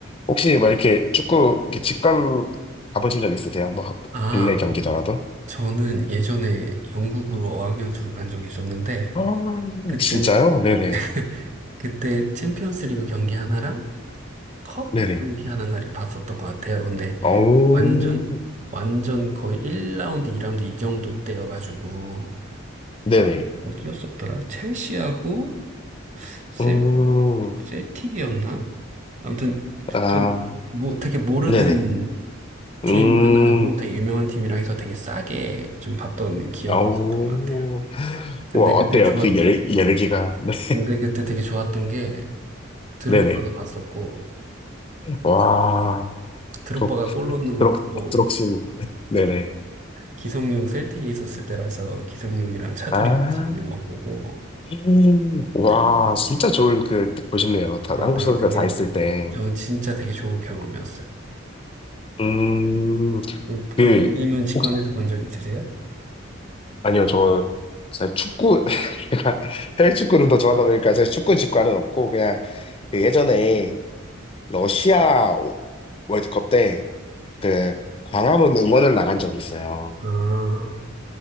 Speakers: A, on the left; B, on the right.
A: 혹시 뭐 이렇게 축구, 이렇게 직관 가보신 적 있으세요? 뭐, 하-
B: 아,
A: 국내 경기더라도?
B: 저는 예전에 영국으로 어학연수를 간 적이 있었는데
A: 아,
B: 그때
A: 진짜요? 네네.
B: <laughs> 그때 챔피언스 리그 경기 하나랑 컵
A: 네네.
B: 경기 하나인가 이렇게 봤었던 것 같아요. 근데
A: 오
B: 완전 완전 거의 1라운드, 2라운드 이 라운드 이 정도 때여가지고
A: 네네.
B: 뭐 뛰었었더라. 첼시하고 셀
A: 음,
B: 셀틱이었나? 아무튼
A: 아,
B: 지금 뭐 되게 모르는
A: 네네.
B: 팀
A: 음,
B: 하나하고 되게 유명한 팀이랑 해서 되게 싸게 좀 봤던 기억이
A: 오
B: 있었던 것 같아요. 근데
A: 우 와, 어때요?
B: 그때 좋았
A: 그 열, 열기가. <laughs>
B: 근데 그때 되게 좋았던 게 드록바도
A: 네네.
B: 봤었고
A: 와,
B: 드록바가
A: 드록,
B: 골 넣는
A: 드록,
B: 거 보고
A: 드록신. 네네.
B: 기성용 셀틱에 있었을 때라서 기성용이랑 차두리
A: 아,
B: 같이 있는 거 보고
A: 음. 와,
B: 되게
A: 진짜 좋은 그, 보셨네요. 다,
B: 어,
A: 한국
B: 되게,
A: 선수들
B: 되게,
A: 다 있을 때.
B: 저 진짜 되게 좋은 경험이었어요.
A: 음,
B: 그럼, 그럼
A: 그,
B: 빈님은 직관에서
A: 혹시,
B: 본 적 있으세요?
A: 아니요, 저, 사실 축구, <laughs> 제가 해외 축구를 더 좋아하다 보니까 사실 축구 직관은 없고, 그냥, 그 예전에 러시아 오- 월드컵 때, 그, 광화문 응원을 나간 적이 있어요.
B: 아,